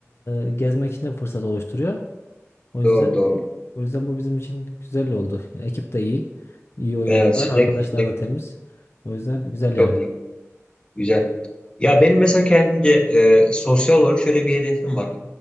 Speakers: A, on the left; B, on the left.
A: e, gezmek için de fırsat oluşturuyor. O yüzden
B: Doğru doğru.
A: o yüzden bu bizim için güzel oldu. Yani ekip de iyi. iyi oyuncular,
B: Evet.
A: arkadaşlar
B: Ne güzel. Ne güzel.
A: da temiz. O yüzden güzel yani.
B: Çok güzel. Güzel. Ya benim mesela kendimce e, sosyal olarak şöyle bir hedefim var.